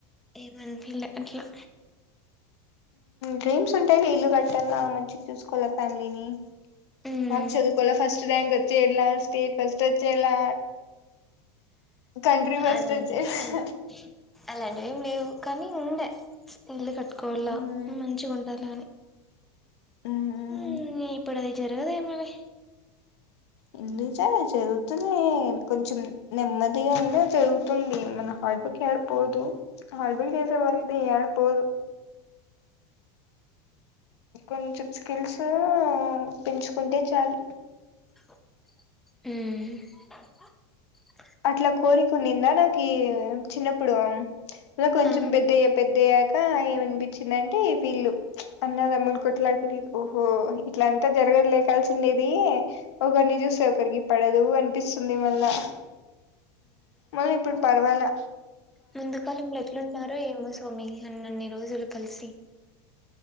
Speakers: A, in the centre; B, on the left (about 80°).
A: ఏమనిపిలే అట్లా
B: డ్రీమ్స్ ఉంటాయిలే ఇల్లు కట్టాల మంచి చూసుకోవాల ఫ్యామిలీని
A: మ్మ్
B: హక్ చదువుకోల ఫస్ట్ రయాంక్ వచ్చే ఇలా స్టేజ ఫస్ట్ వచ్చేలా కంట్రీ ఫస్ట్
A: అలాంటివి
B: వచ్చేలా
A: అలాంటివిమి లేవు కానీ ఉండే ఇల్లు కట్టుకోవాల
B: మ్మ్
A: మంచిగా ఉండాల
B: మ్మ్
A: అని ఇప్పుడు అది జరగద ఏమోలే
B: ఎందు సాల జరుగుతున్నా కొంచెం నెమ్మది అది అయినా జరుగుతుంది మన హార్డ్ వర్క్ పోదు అడుగుల్ కేస వది ఆడ పోదు కొంచెం స్కిల్స్ పెంచుకుంటే చాలు
A: ఉమ్
B: అట్లా కోరికన్నిందా నాకు చిన్నప్పుడు కొంచెం
A: ఆ
B: పెద్దయ పెద్ద కొంచం పెద్దాయక ఏమనిపించిందంటే వీళ్ళు అన్నదమ్మును కొట్లాడుకునే ఓహో ఇట్లా ఎంత జరగలే కలిసి ఉండేది ఒకరిని చూస్తే ఒకరికి పడదు అనిపిస్తుంది మళ్ళా మల్ల ఇప్పుడు పర్వాలె
A: ముందుకాలంలోలెట్లున్నారో ఏమో సోమి అన్నన్ని రోజులు కలిసి